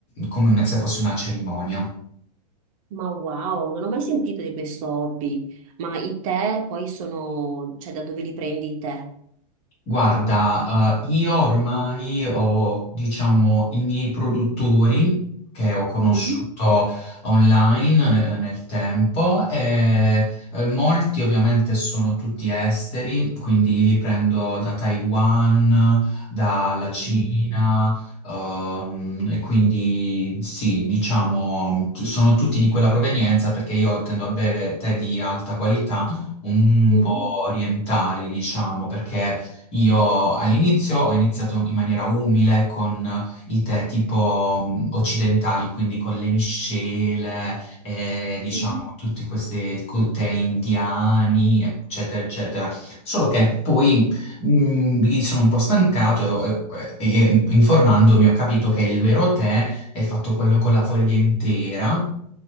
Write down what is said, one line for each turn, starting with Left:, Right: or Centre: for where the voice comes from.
Left: come se fosse una cerimonia.
Right: Ma wow, non ho mai sentito di questo hobby. Ma i tè poi sono, cioè da dove li prendi i tè?
Left: Guarda, eh, io ormai ho, diciamo, i miei produttori che ho conosciuto
Right: Mhm.
Left: online eh, nel tempo e eh, molti ovviamente sono tutti esteri, quindi li prendo da Taiwan, dalla Cina,
Right: Mm.
Left: ehm, e quindi sì, diciamo, t- sono tutti di quella provenienza perché io tendo a bere tè di alta qualità, un
Right: Mhm,
Left: po' orientali, diciamo, perché io all'inizio ho iniziato in maniera umile con i tè tipo mh, occidentali, quindi con le miscele, e, diciamo
Right: mhm,
Left: tutti questi co- tè indiani, eccetera, eccetera. Solo che poi mh, mi sono un po' stancato e, e- e informandomi ho capito che il vero tè è fatto quello con la foglia intera